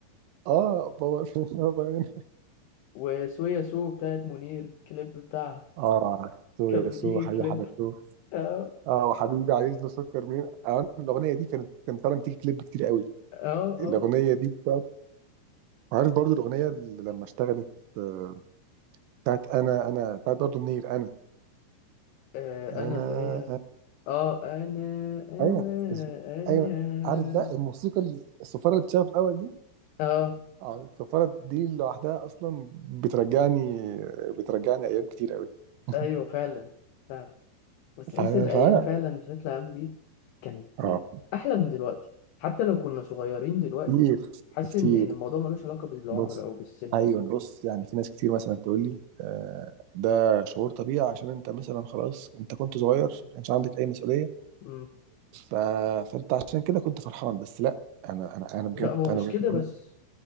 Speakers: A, on the right; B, on the left.
A: اه بابا <laughs> بابا هنا
B: وسويا سو بتاعت منير الكليب بتاعها
A: اه سو
B: كانت
A: يا
B: بتيجي
A: سو حبيبي
B: كليب
A: حبيبتو
B: <laughs> اه
A: اه وحبيبي عايز له سكر منين آه الاغنيه دي كانت كانت طالعه بتيجي كليب كتير قوي
B: اه
A: الاغنيه
B: اه
A: دي بتاعت عارف برضو الاغنيه اللي لما اشتغلت آه، بتاعت انا انا بتاعت برضو منير انا
B: آه،
A: انا
B: انا اللي هي
A: أنا-
B: اه انا انا
A: ايوه
B: انا
A: ايوه عارف بقى الموسيقى الصفاره اللي بتشتغل في الاول دي
B: اه
A: اه السفارة دي لوحدها أصلا بترجعني بترجعني أيام كتير أوي <laughs>
B: ايوه فعلا فعلا بس تحس
A: فأنا
B: الايام
A: فأنا
B: فعلا بشكل عام دي كانت
A: اه
B: احلى من دلوقتي حتى لو كنا صغيرين دلوقتي
A: كتير
B: حاسس
A: كتير
B: ان إن الموضوع ملوش علاقه بالعمر
A: بص
B: او بالسن
A: أيوة بص يعني في ناس كتير مثلا تقول لي آه ده شعور طبيعي عشان أنت مثلا خلاص أنت كنت صغير ما كانش عندك أي مسؤولية
B: مم.
A: ف... فأنت عشان كده كنت فرحان بس لا أنا أنا أنا بجد
B: لا هو مش
A: أنا بجد
B: كده
A: بقول-
B: بس